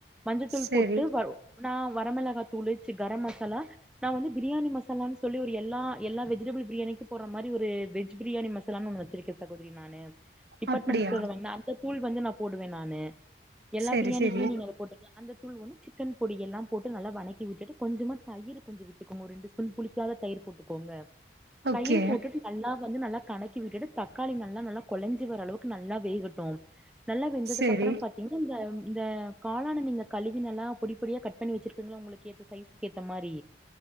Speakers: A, in the centre; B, on the right (about 60°).
A: மஞ்சத்தூள்
B: செரி
A: போட்டுட்டு வரு நா வரமிளகா தூள் ச்சு கரம் மசாலா நா வந்து பிரியாணி மசாலானு சொல்லி ஒரு எல்லா எல்லா வெஜிடபிள் பிரியாணிக்கு போர்ர மாரி ஒரு வெஜ் பிரியாணி மசலான்னு ஒன்னு வச் <unintelligible> சகோதரி நானு டிபாட்மெண்ட்ஸ்
B: அப்படியா
A: ல வந் நா அந்த தூள் வந்து நா போடுவே நானு எல்லா
B: சரி
A: பிரியாணிக்குமே
B: சரி
A: நீங்க அத போட்டுக்கலா அந்த தூள் ஒன்னு ச் சிக்கன் பொடி எல்லா போட்டு நல்லா வனக்கி விட்டுட்டு கொஞ்சமா தயிர் கொஞ்ச விட்டுக்கோங்க ஒரு ரெண்டு ஃஸ்பூன் புளி க்காத தயிர் போட்டுக்கோங்க
B: ஓகே
A: தயிர் போட்டுட்டு நல்லா வந்து நல்லா கணக்கி விட்டுட்டு தக்காளி நல்லா நல்லா கொலஞ்சு வர அளவுக்கு நல்லா வேகட்டும் நல்லா வெந்ததுக்கப்பறம்
B: சரி
A: பாத்தீங்கன்னா ந்த இந்த காளான நீங்க கழுவி நல்லா பொடி பொடியா கட் பண்ணி வச்சிருப்பீங்கள உங்களுக்கு ஏத்த சைஸ்க்கு ஏத்த மாரி